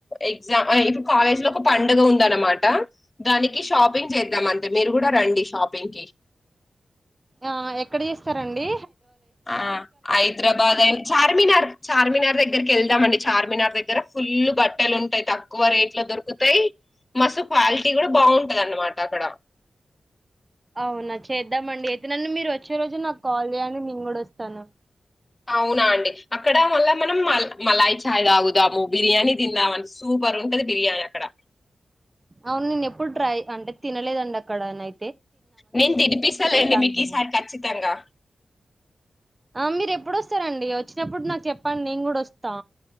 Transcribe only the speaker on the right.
ఆ ఎక్కడ జేస్తారండి
అవునా చేద్దామండి అ నన్ను మీరు వచ్చేరోజు నాకు కాల్ జేయండి. నేను గూడ వస్తాను
అవును నేను ఎప్పుడు ట్రై అంటే తినలేదండి అక్కడ నై
అనుభవం
ఆ మీరు ఎప్పుడొస్తారండి వచ్చినప్పుడు నాకు చెప్పండి నేను గూడా వస్తా.